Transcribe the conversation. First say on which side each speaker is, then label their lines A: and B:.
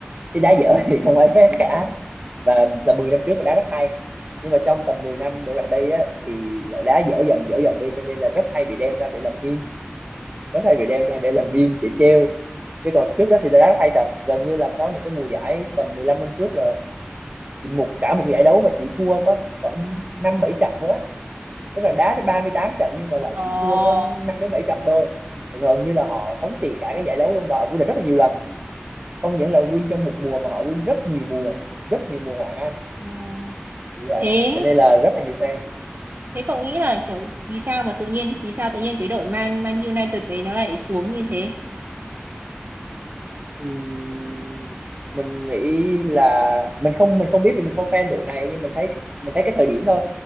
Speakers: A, on the right; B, on the right.
A: chứ đá dở thì không ai fan
B: ừ.
A: cả và tầm 10 năm trước là đá rất hay nhưng mà trong tầm 10 năm đổ lại đây á thì lại đá dở dần dở dần đi cho nên là rất hay bị đem ra để làm meme rất hay bị đem ra để làm meme để trêu chứ còn trước đó thì đá rất hay thật gần như là có những cái mùa giải tầm 15 năm trước là một cả một giải đấu mà chỉ thua có khoảng năm bảy trận thôi á tức là đá tới 38 trận nhưng mà lại
B: Ồ,
A: chỉ thua có năm đến bảy trận thôi gần như là họ thống trị cả cái giải đấu luôn và họ vô địch rất là nhiều lần không những là win trong một mùa mà họ win rất nhiều mùa rất nhiều mùa ngoạn hạng Anh
B: ờ, Ừ.
A: như vậy
B: thế
A: cho nên là rất là nhiều fan
B: thế cậu nghĩ là kiểu vì sao mà tự nhiên vì sao tự nhiên cái đội Man Man United đấy nó lại xuống như thế?
A: Ừm, mình nghĩ là mình không mình không biết vì mình không fan đội này nhưng mình thấy mình thấy cái thời điểm thôi